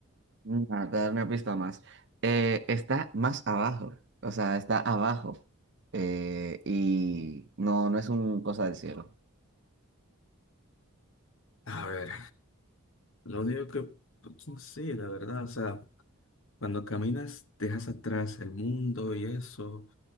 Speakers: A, on the right; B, on the left.
A: No, te voy a dar una pista más. Eh, está más abajo, o sea, está abajo. Eh, y no, no es un cosa del cielo.
B: A ver, lo único que... sí la verdad, o sea... Cuando caminas, dejas atrás el mundo y eso.